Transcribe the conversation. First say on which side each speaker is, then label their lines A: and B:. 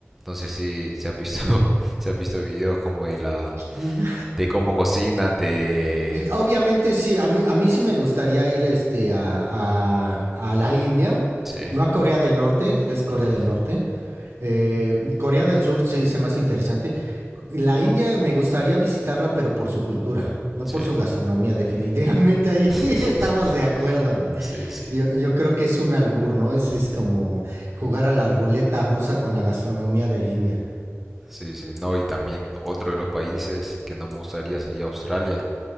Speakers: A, in the centre; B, on the right.
A: no sé si se ha visto, <laughs> se ha visto videos como de la,
B: Mm,
A: de cómo cocinan, de...
B: Obviamente sí, a mí, a mí sí me gustaría ir este, a, a, a la India,
A: Sí,
B: no a Corea del Norte, es Corea
A: ujú,
B: del Norte. Eh, Corea del Sur se dice más interesante. La India me gustaría visitarla, pero por su cultura, no
A: sí.
B: por su gastronomía, definitivamente ahí
A: <laughs>
B: <laughs> estamos de acuerdo, güey.
A: Sí, sí.
B: Yo, yo creo que es un albur, ¿no? Es, es como jugar a la ruleta rusa con la gastronomía de la India.
A: Sí, sí, no, y también otro de los países que no me gustaría sería Australia,